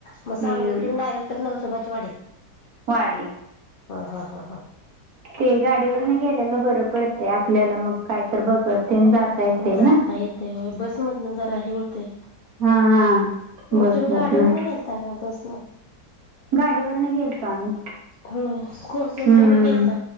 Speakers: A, on the left; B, on the right.
A: मग
B: हम्म,
A: सांगलीतून डायरेक्ट नरसोबाची वाडी.
B: वाडी
A: हा हा हा हा
B: ते गाडीवरन गेलेलं बरं. पडतंय आपल्याला मग काय तर बघत. तेन जाता येतंय
A: जाता
B: ना
A: येतेय होय बसमधन जरा हे होतंय.
B: हा
A: तुम्ही
B: बसमधनं
A: गाडीवरन गेलता का बसन?
B: गाडीवरन गेलतो आम्ही.
A: हो कोण कोण
B: हम्म,
A: तुम्ही गेलता